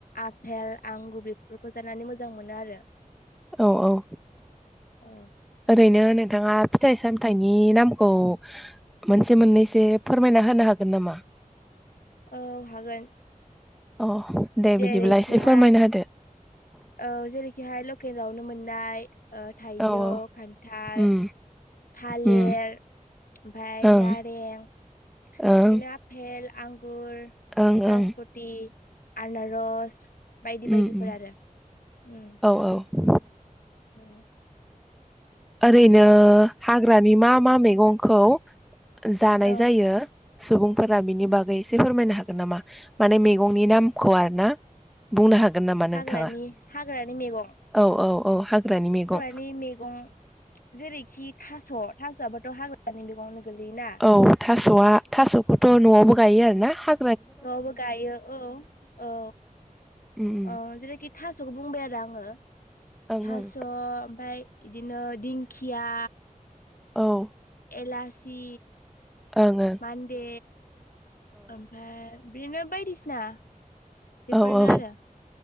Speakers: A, on the left (about 80°); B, in the centre.
A: आफेल आं गुबुबलिफोरखौ जानानै मोजां मोनो आरो।
B: औ औ
A: औ
B: ओरैनो नोंथाङा फिथाइ साम थाइनि नामखौ मोनसे मोननैसो फोरमायना होनो हागोन नामा?
A: औ हागोन।
B: अ दे
A: जेरैखिहाय
B: बिदिब्ला एसे फोरमायना होदो।
A: औ जेरैखिहाय लकेलावनो मोननाय थाइजौ
B: औ औ
A: खान्थाल
B: उम
A: थालिर
B: उम
A: ओमफफ्राय
B: ओं
A: नारें बिदिनो
B: ओं
A: आफेल आंगुर
B: ओं
A: नासपथि
B: ओं
A: आनारस बायदि
B: उम
A: बायदिफोर
B: उम
A: आरो। उम
B: औ औ
A: औ
B: ओरैनो हाग्रानि मा मा मैगंखौ जानाय
A: औ
B: जायो? सुबुंफोरा बिनि बागै एसे फोरमायनो हागोन नामा माने मैगंनि नामखौ आरो ना। बुंनो हागोन नामा
A: हाग्रानि
B: नोंथाङा
A: हाग्रानि मैगं
B: औ औ औ हाग्रानि मैगं।
A: मैगं जेरैखि थ' थ'बोथ' हाग्रानि मैगंआवनो गोलैयोना
B: औ थास'आ थास'खौथ' न'आवबो गायो आरोना हा
A: नबो गायो औ औ
B: उम
A: औ जेरैखि थास'खौ बुंबाय आरो आङो
B: उम
A: थास' ओमफाय बिदिनो दिंखिया
B: औ
A: एलासि
B: ओं-ओं
A: मान्दे ओमफ्राय बेनो बायदिसिना बेफोरनो
B: औ औ
A: आरो